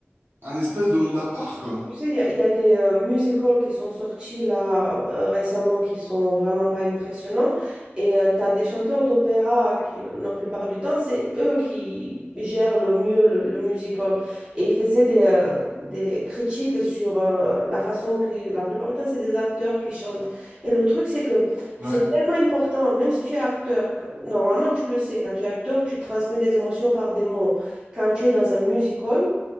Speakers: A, on the right; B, on the right.
A: un espèce de monde à part, quoi.
B: Tu sais, il y a, il y a des euh, musicals qui sont sortis là euh, récemment qui sont vraiment pas impressionnants. Et tu as des chanteurs d'opéra qui, la plupart du temps, c'est eux qui gèrent le mieux le, le musical. Et ils faisaient des, euh, des critiques sur euh, la façon que, la plupart du temps, c'est des acteurs qui chantent. Et le truc, c'est que
A: Ouais,
B: c'est tellement important, même si tu es acteur, que- normalement, tu le sais, quand tu es acteur, tu transmets des émotions par des mots. Quand tu es dans un musical,